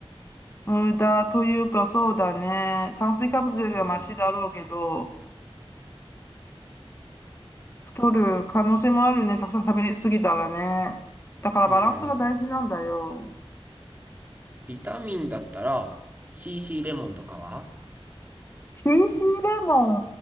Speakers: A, on the left; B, on the right.
A: 無駄というかそうだね。炭水化物よりはマシだろうけど、
B: うん。
A: 太る可能性もあるね。たくさん食べ過ぎたらね。だからバランスが大事なんだよ。
B: うん。ビタミンだったら、CC レモンとかは
A: CC レモ